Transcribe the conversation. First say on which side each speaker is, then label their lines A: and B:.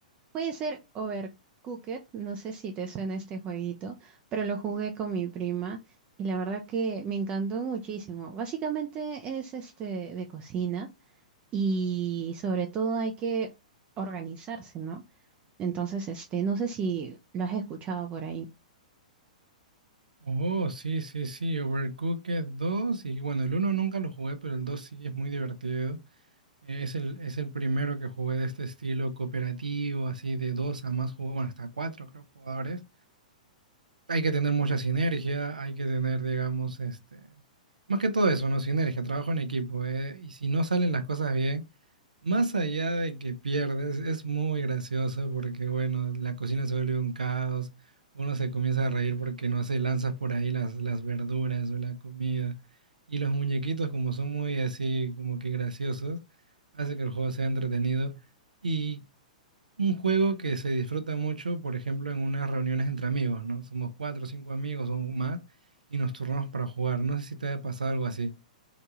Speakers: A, on the right; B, on the right.
A: Puede ser Overcooked, no sé si te suena este jueguito, pero lo jugué con mi prima y la verdad que me encantó muchísimo. Básicamente es este de cocina y sobre todo hay que organizarse, ¿no? Entonces, este, no sé si lo has escuchado por ahí.
B: Oh, sí, sí, sí, Overcooked dos Y bueno, el uno nunca lo jugué, pero el 2 sí es muy divertido. Eh, Es el, es el primero que jugué de este estilo cooperativo, así de dos a más jugadores, bueno, hasta cuatro creo jugadores. Hay que tener mucha sinergia, hay que tener, digamos, este, más que todo eso, ¿no? Sinergia, trabajo en equipo, ¿eh? Y si no salen las cosas bien, más allá de que pierdes, es muy gracioso porque, bueno, la cocina se vuelve un caos, uno se comienza a reír porque, no sé, lanzas por ahí las, las verduras o la comida, y los muñequitos, como son muy así, como que graciosos, hace que el juego sea entretenido. Y un juego que se disfruta mucho, por ejemplo, en unas reuniones entre amigos, ¿no? Somos cuatro o cinco amigos o más y nos turnamos para jugar. No sé si te haya pasado algo así.